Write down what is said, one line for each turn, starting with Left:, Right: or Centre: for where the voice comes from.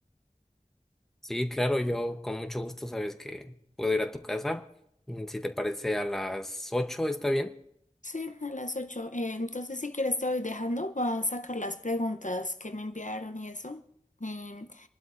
Centre: Sí, claro, yo con mucho gusto sabes que puedo ir a tu casa. Mm, Si te parece a las ocho ¿está bien?
Left: Sí, a las 8. Eh, entonces, si quieres, te voy dejando. Voy a sacar las preguntas que me enviaron y eso. em,